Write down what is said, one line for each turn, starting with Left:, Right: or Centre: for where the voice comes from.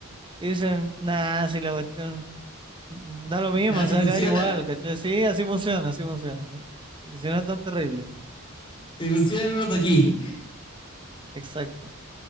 Right: Y dicen, nah, si la cuestión mm, da lo mismo,
Left: Nada,
Right: se
Left: si funciona,
Right: va a caer igual, ¿cachai? Sí, así funciona, así funciona. Sí, sí, sí, no es tan terrible.
Left: si funciona no lo toqué.
Right: Exacto.